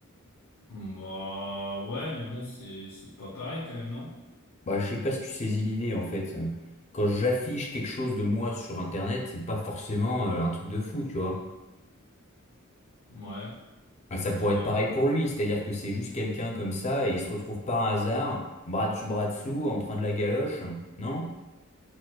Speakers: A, on the left; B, on the left.
A: Bah ouais, mais bon, c'est c'est pas pareil quand même, non?
B: Bah, je sais pas si tu saisis l'idée en fait. Euh, Quand j'affiche quelque chose de moi sur Internet, c'est pas forcément euh, un truc de fou, tu vois.
A: Ouais,
B: Bah, ça
A: euh,
B: pourrait
A: non,
B: être pareil pour lui, c'est-à-dire que c'est juste quelqu'un comme ça et il se retrouve par hasard, bras dessus, bras dessous, en train de la galoche, non?